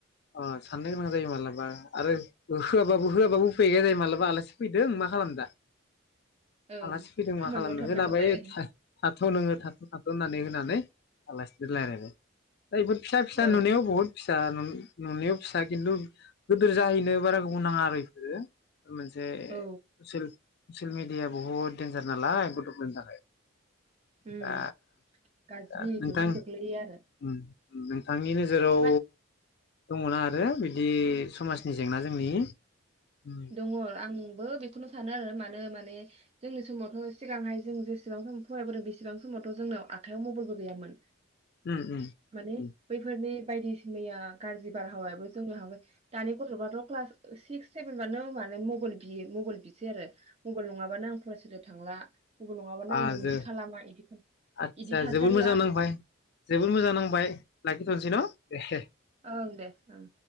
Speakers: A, on the left; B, on the right.
A: अ साननो गोनां जायो मालाबा आरो ओ होआबाबो होआबाबो उफाय गैया जायो मालाबा आलासि फैदों मा खालाम दा
B: ओं
A: आलासि फैदों
B: खामानि
A: मा खालामनो
B: मावथारनांगौ
A: होनाबै
B: जायो
A: था थाथ' नोङो थाथ' थाथ' दोननानै होनानै आलासिफोर लायरायबाय। दा इफोर फिसा फिसा
B: औ
A: नुनायाव बुहुत फिसा नुन नुनायाव फिसा खिन्थु गोदोर जाहैनो बारा गोबाव नाङा आरो इफोरो मोनसे
B: औ
A: सोल ससियेल मिडिया बुहुत डेन्जार नालाय गथफोरनि थाखाय।
B: उम
A: दा
B: गाज्रि
A: दा नोंथां
B: गोहोम खोख्लैयो आरो
A: उम नोंथांनि नोजोराव
B: मा
A: दङना आरो बिदि समाजनि जेंना जोंनि उम
B: दङ आंबो बेखौनो सानो आरो मानो माने जोंनि समावथ सिगांहाय जों जेसेबां समाव फरायबोदों बेसेबां समावथ' जोंनाव आखाइआव मोबाइलबो गैयामोन।
A: उम उम
B: माने
A: उम
B: बैफोरनि बायदिस मैया गाज्रि बारहावायाबो जोंनाव हाबो। दानि गथ'फोराथ' क्लास ओ सिक्स सेभेनबानो माने मबेल बियो मबेल बिसै आरो मबेल नङाबानो आं फरायसालियाव थांला मबाइल नङाबानो
A: आ
B: आं बिदि
A: जो
B: खालामा इदि
A: आदसा
B: इदि थासारिया
A: जोबोर मोजां नांबाय जोबोर मोजां नांबाय लाखि थ'नसै न' ए हे
B: ओं दे ओं।